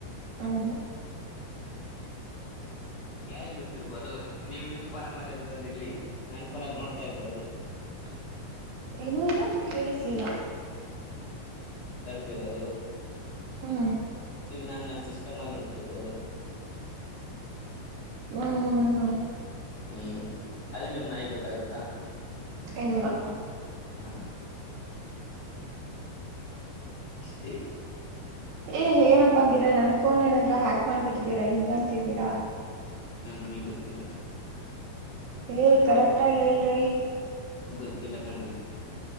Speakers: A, on the right (about 65°); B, on the left (about 45°).
A: ಹ್ಮ ಹ್ಮ್
B: ಯಾಗ್ ಗೊತ್ತಿರ್ಬೋದು ನೀವು ನಿಮ್ ಫೋನ ಮಾತಾಡಿದದ್ದ ಇಲ್ಲಿ ನನ್ನ ಫೋನಲ್ಲಿ ನೋಡ್ತಾ ಇರ್ಬೋದು
A: <unintelligible> ಏನುೂ ಇಲ್ಲ ಕೇಳಿಸ್ಲಿಲ್ಲ
B: ತಿರದು
A: ಹ್ಮ್
B: ಇಲ್ಲಿ ನಾು ನನ್ನ ಸಿಸ್ಟಮ್ ಅಲ್ಲಿ ನೋಡ್ತಿರ್ಬೋದು
A: ಹ್ಮ್ ಹ್ಮ್ ಹ್ಮ್
B: ಹ್ಮಂ ಅದೇ ನಿಮ್ಮ ನಾಯಿಗ ಗೊತ್ತಾಗುತ್ತಾ?
A: ಇಲ್ಲಾ
B: ಹಾಂ ಇಷ್ಟೆ
A: ಏ ಏನಪ್ಪ ಗಿರ ನನ್ ಫೋನ್ ಏನಾದ್ರ ಹ್ಯಾಕ್ ಮಾಡ್ಬಿಟ್ಟಿದ್ದೀರಾ ಹಿಂಗಂತಿದ್ದೀರಾ?
B: ನಿಮಗ್ ಗೊತ್ತಿಲ್ಲಾ.
A: ಲ ಕರೆಕ್ಟಾಗಿ ಹೇಳಲೇ ರೀ
B: ಗೊತ್ತಿಲ್ಲಾ ಕಣ್ರಿ.